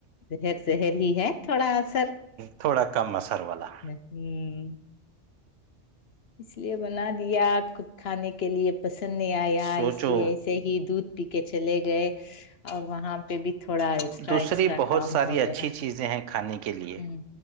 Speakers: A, on the left; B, on the right.
A: زہر زہر ہی ہے تھوڑا ا سر
B: تھوڑا کم مصر والا
A: ہوں اس لیے بنا دیا ک کھانے کے لیے پسند نہیں آیا
B: سوچو
A: اس لیے ایسے ہی دودھ پی کے چلے گئے اور وہاں پہ بھی تھوڑا ایکسٹرا
B: دوسری
A: ایکسٹرا
B: بہت
A: کام
B: ساری
A: ہو
B: اچھی
A: گیا
B: چیزیں ہیں کھانے کے لیے
A: ہ